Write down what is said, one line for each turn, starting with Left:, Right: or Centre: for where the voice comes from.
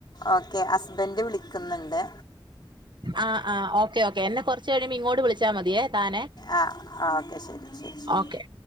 Left: ഓക്കെ ഹസ്ബെന്റ് വിളിക്ക്ന്ന്ണ്ട്.
Right: ആഹ് ആഹ് ഓക്കേ ഓക്കേ എന്നെ കൊറ്ച്ച് കഴിയുമ്പോ ഇങ്ങോട്ട് വിളിച്ചാ മതിയെ. താനെ
Left: ആ ആ ഓക്കെ ശരി ശരി ശരി
Right: ഓക്കെ